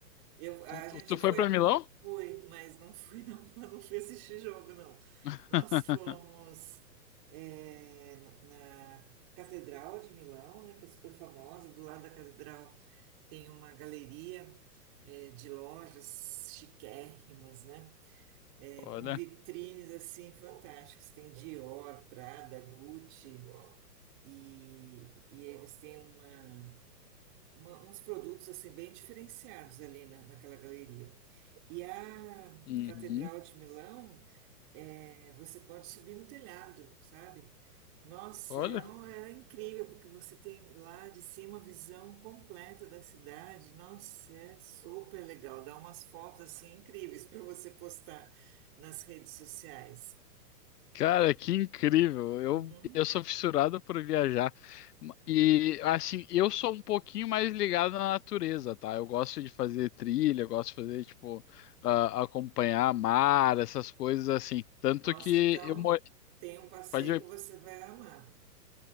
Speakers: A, on the right (about 30°); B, on the left (about 70°).
A: Eu, a
B: Tu,
A: gente
B: tu foi
A: foi,
B: para Milão?
A: fui, mas não fui, não, <laughs> Eu não fui assistir jogo, não.
B: <laughs>
A: Nós fomos é, na na Catedral de Milão, né, que é super famosa. Do lado da catedral tem uma galeria é, de lojas chiquérrimas, né? é,
B: Olha,
A: com vitrines assim fantásticas. Tem Dior, Prada, Gucci e, e eles têm uma, uma- uns produtos assim bem diferenciados ali na, naquela galeria. E a
B: uhum,
A: Catedral de Milão, é, você pode subir no telhado, sabe? Nossa,
B: olha.
A: é, um- era incrível, porque você tem lá de cima a visão completa da cidade. Nossa, é super legal. Dá umas fotos assim incríveis para você postar nas redes sociais.
B: Cara, que incrível! Eu,
A: Uhum.
B: eu sou fissurado por viajar. E assim, eu sou um pouquinho mais ligado na natureza, tá? Eu gosto de fazer trilha, eu gosto de fazer, tipo, ah, acompanhar mar, essas coisas assim. Tanto
A: Nossa,
B: que
A: então
B: eu moro.
A: tem um passeio
B: Pode ver
A: que você vai amar.